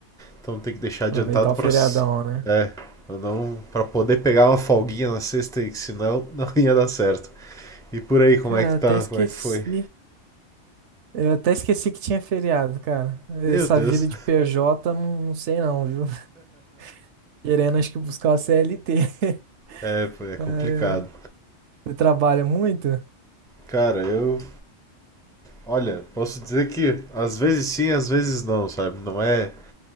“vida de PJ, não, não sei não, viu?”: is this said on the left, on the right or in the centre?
Right